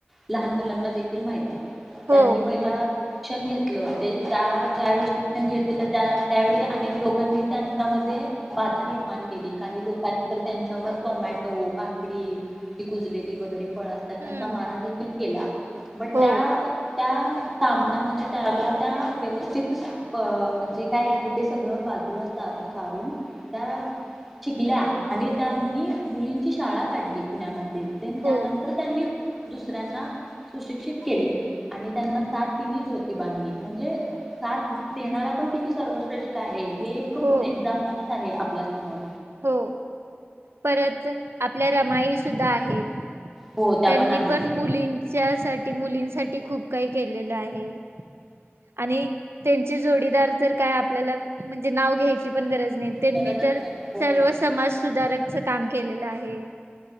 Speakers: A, in the centre; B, on the right.
A: लहान मुलांना देखील माहित आहे
B: हो
A: त्यांनी
B: मग
A: पहिला <unintelligible> त्या ज्यावेळी शिक्षण घेत होत त्या त्यावेळी अनेक लोकांनी त्यांना बाधा निर्माण केली काही लोकांची तर त्यांच्यावर टोमॅटो काकडी ती कुजलेली वगैरे असतात
B: हम्म
A: त्यां मारा देखील केला बट
B: हो
A: त्या त्या सा म्हणजे त्याला त्या व्यवस्थित जे काय आहे ते सगळं बाजूला सारून त्या शिकल्या आणि त्यांनी मुलींची शाळा काढली पुण्यामध्ये देेत देन त्यानंतर
B: हो
A: त्यांनी दुसऱ्यांना सुशिक्षित केले आणि त्यांना साथ दिली ज्योतिबनी म्हणजे साथ देणारा पण किती सर्वश्रेष्ठ आहे हे एक
B: हो
A: ग एक आहे आपल्या समोर
B: हो परत आपल्या रमाई सुद्धा आहेत
A: हो त्या
B: त्यांनी
A: आहेत
B: पण मुलींच्या साठी मुलीं साठी खूप काही केलेलं आहे आणि त्यांचे जोडीदार तर काय आपल्याला म्हणजे नाव घ्यायची पण गरज त्यांनी
A: गरजच
B: तर
A: नाही हो
B: सर्व समाज सुधारक केलेला आहे